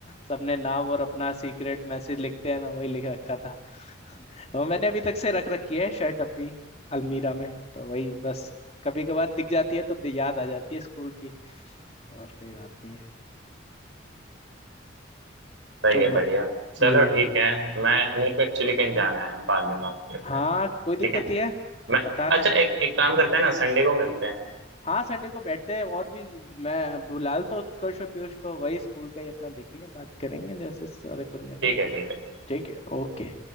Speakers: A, on the left; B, on the right.
A: सबने नाम और अपना सीक्रेट मैसेज लिखते हैं ना वही लिख रखा था <laughs> और मैंने अभी तक से रख रखी है शर्ट अपनी अलमीरा में तो वही बस कभी कभार दिख जाती है तो दि- याद आ जाती है स्कूल की और कोई बात नहीं है
B: सही
A: तो ब...
B: है बढ़िया चलो
A: हम्म
B: ठीक है मैं मेरे को एक्चुअली कहीं जाना है बाद में बात करते
A: हाँ
B: हैं ठीक
A: कोई दिक्कत
B: है
A: नहीं है
B: मैं
A: बताना
B: अच्छा एक एक काम करते हैं ना संडे को मिलते हैं
A: हाँ संडे को बैठते हैं और भी मैं बुला लेता हूँ उत्कर्ष और पीयूष को वही स्कूल का ही अपना देखेंगे बात करेंगे जैसे सारे बंदे हैं।
B: ठीक है ठीक है
A: ठीक है ओके